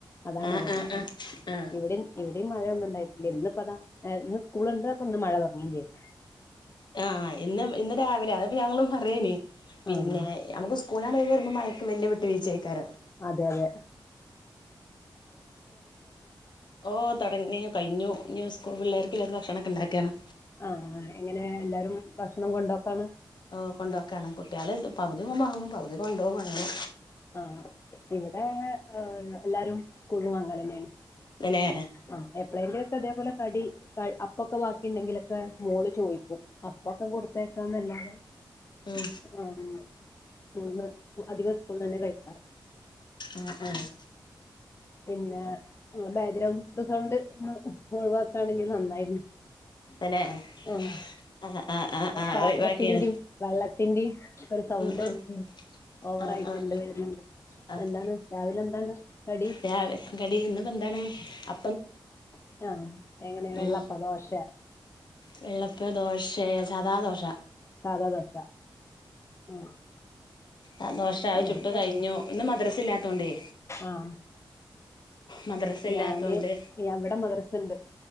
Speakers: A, on the left; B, on the left.
A: അതാണത്
B: ആഹ് ആഹ് ആഹ് ആഹ്
A: ഇവിടേം ഇവിടേം മഴ ഒന്നും ഉണ്ടായിട്ടില്ല. ഇന്നിപ്പത ഇന്ന് സ്കൂളുണ്ട് അപ്പൊ ഇന്ന് മഴ തുടങ്ങേം ചെയ്തു.
B: ആഹ് ഇന്ന് ഇന്ന് രാവിലെ അതിപ്പ ഞങ്ങള് പറയേനി. പിന്നെ
A: ആഹ്
B: നമുക്ക് സ്കൂൾനാണ്ട് ഒഴിവ് വരുമ്പം മഴക്ക് വല്ല്യ വിട്ട് വീഴ്ചേഴ്ക്കാരം.
A: അതെ അതെ തെ
B: ഓഹ് തൊടങ്ങി കഴിഞ്ഞു. ഇഞ്ഞ് സ്കൂൾ പിള്ളേര്ക്ക്ള്ള ഭക്ഷണൊക്കെ ഇണ്ടാ ക്കണം.
A: ആഹ് എങ്ങനെ എല്ലാരും ഭക്ഷണം കൊണ്ടോക്കാണ്.
B: ഓഹ് കൊണ്ടോക്കാണ്. കുട്യാള് പൗതിന്നും വാങ്ങും. പൗതി കൊണ്ടോഉം അങ്ങനെ.
A: ആഹ് ഇവിടെ ഏഹ് എല്ലാരും സ്കൂള്ന്ന് വാങ്ങലന്നെണ്.
B: തന്നെ
A: ആഹ് എപ്പളേങ്കിലൊക്കെ തേപോലെ കടി അപ്പൊക്കെ വാക്കി ണ്ടെങ്കിലൊക്കെ മോള് ചോയിക്കും. അ പ്പൊക്കെ കൊടുത്തയക്കാന്നല്ലാതെ.
B: ഉം
A: ആന്ന് സ്കൂൾന്ന് അധികം സ്കൂൾന്നന്നെ കഴിക്കാറ്.
B: ആഹ് ആഹ്
A: പിന്നെ ആഹ് ബാഗ്രൗണ്ട് സൗണ്ട് ഒഴിവാക്കാണങ്കി നന്നായിരുന്നു.
B: തന്നെ
A: ആഹ്
B: ആഹ് ആഹ് ആഹ് ആഹ്
A: പാത്രത്തിന്റിം
B: ഒഴിവാക്കിണ്
A: വള്ളത്തിന്റിം ഒരു സൗണ്ട്
B: ആഹ്
A: ഓവറായി.
B: ആഹ് ആഹ്
A: രണ്ട് വരുന്ന്ണ്ട്.
B: ആഹ്
A: എന്താണ് രാവിലെ എന്താണ് കടി.
B: രാവിലെ കടി. ഇന്ന്പെന്താണ് അ
A: പുട്ടാണ്. എങ്ങനെ വെള്ളപ്പ
B: ഉം
A: ദോശ
B: വെള്ളപ്പ ദോശെ സാദാ ദോശ.
A: സാധാ ദോശ. ആഹ്
B: ആഹ് ദോശ അഹ്ചുട്ടു
A: ഞാനിപ്പം
B: കഴിഞ്ഞു. ഇന്ന് മദ്രസ് ഇല്ലാത്തൊണ്ടേ
A: ആഹ്
B: മദ്രസ
A: ഞാന്
B: ഇല്ലാത്തോണ്ട്
A: യ വിടെ മദ്രസ്ണ്ട്.